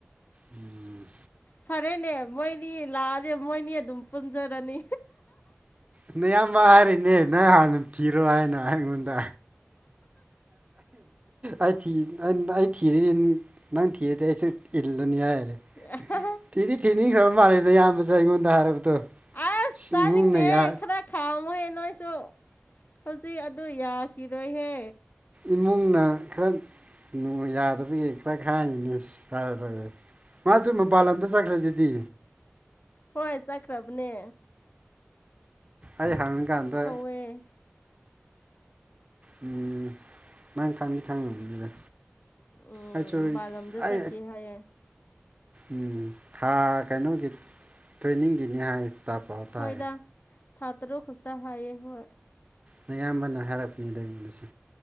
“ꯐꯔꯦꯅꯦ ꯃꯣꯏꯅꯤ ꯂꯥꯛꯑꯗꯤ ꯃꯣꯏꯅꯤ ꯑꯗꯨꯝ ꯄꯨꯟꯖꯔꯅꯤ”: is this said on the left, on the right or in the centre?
Left